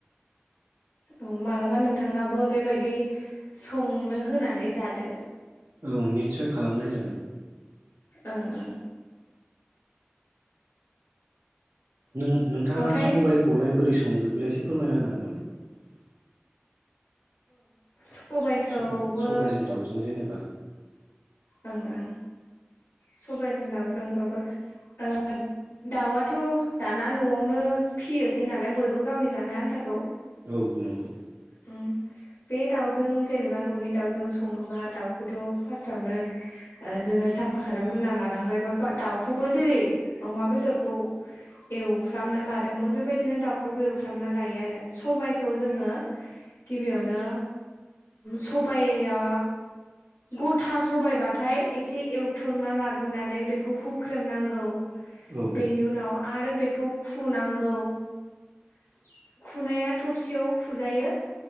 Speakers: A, on the left; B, on the right.
A: औ मालाबा नोंथाङाबो बेबायदि संनो होनानै जादो
B: औ निसय खालामनाय जागोन।
A: ओं ओं
B: नों नोंथाङा
A: ओमफ्राय
B: सबायखौलाय बोरै संयो? सङो बेखौलाय एसे फोरमायना होननांगोन नामा
A: सबायखौबो
B: स सबायजों
A: औ
B: दाउजों जेनेबा
A: ओं ओं सबायजों दाउजोंबाबो <unintelligible> थ' दाना न'आवनो फियोसै नालाय बयबो गावनि जानो आन्थाखौ
B: औ नंगौ
A: उम बे दाउजों जेनेबा न'नि दाउजों सङोबा दाउखौथ' फार्स्टआवनो जोङो साफा खालामग्रोना लानांबाय बा दाउखौबो जेरै अमा बेदरखौ एवफ्रामना लादोंमोन बेबायदिनो दाउखौबो एवफ्रामना लायो आरो सबायखौ जोङो गिबियावनो सबाया गथा सबायाइबा हाथाय एसे एवथ्रमना लाग्रोनानै बेखौ हुख्रेमनांगौ
B: औ
A: बेनि उनाव आरो बेखौ खुनांगौ औ खुनाया थबसेयाव फुजायो